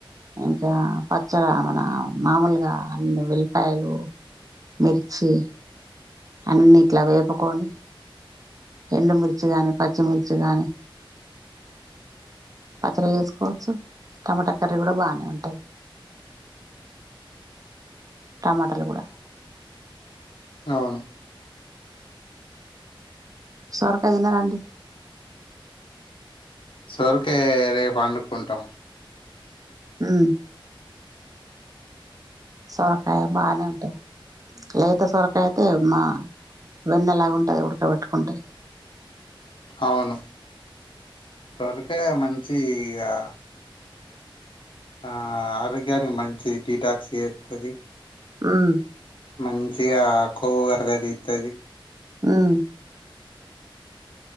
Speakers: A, on the right; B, on the left.
A: ఇంకా పచ్చడ మన మామూలుగా అన్ని ఎల్లిపాయలు, మిర్చి అన్ని ఇట్లా వేపుకొని ఎండుమిర్చి గాని, పచ్చిమిర్చి గాని పచ్చడి చేసుకోవచ్చు, టమాటా కర్రీ కూడా బానే ఉంటది. టమాటాలు కూడా
B: అవును.
A: సొరకాయ తినరా అండి.
B: సొరకాయ రేపు వండుకుంటం.
A: ఉహ్ సొరకాయ బానే ఉంటది. లేత సొరకాయ అయితే మా వెన్నెలాగ ఉంటది ఉడకబెట్టుకుంటే.
B: అవును సొరకాయ మంచి ఇగా ఆ ఆరోగ్యానికి మంచిది డీటాక్స్ చేస్తది.
A: ఉహ్
B: మంచిగా ఆ కొవ్వు కరగదితది.
A: ఉహ్